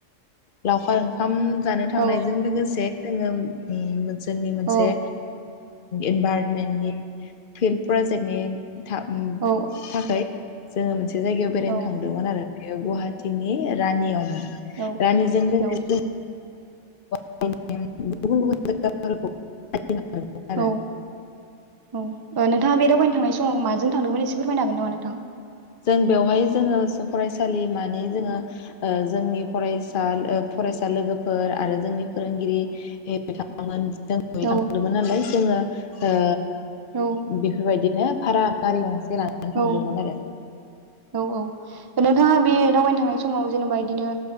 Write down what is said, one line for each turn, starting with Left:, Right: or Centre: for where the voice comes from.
Left: लावखार ओंखाम जानो थांनायजों
Right: औ
Left: लोगोसे जोङो <unintelligible> जोंनि मोनसे
Right: औ
Left: इनभाइरमेन्टनि फिल्ड प्रजेक्टनि थाब नि
Right: औ
Left: थाखै जोङो मोनसे जायगायाव बेरायनो
Right: औ
Left: थांदोंमोन आरो बेयो गुवाहाटीनि रानियावमोन।
Right: औ
Left: रानिजों लोगोसे
Right: औ
Left: <unintelligible> गुबुन गुबुन <unintelligible> आरो
Right: औ औ नोंथाङा बे दावबायनो थांनाय समाव माजों थांदोंमोन एसे फोरमायनो हागोन नामा नोंथां?
Left: जों बेवहाय जोङो फरायसालिमानि जोङो जोंनि फरायसा फरायसा लोगोफोर आरो जोंनि फोरोंगिरि बिथांमोन जों
Right: औ
Left: थांदोंमोन नालाय जोङो ओ
Right: औ
Left: बेफोरबायदिनो भारा गारि गंसे लानानै थांदोंमोन
Right: औ
Left: आरो।
Right: औ औ नोंथाङा बे दावबायनो थांनाय समाव जेनेबा बिदिनो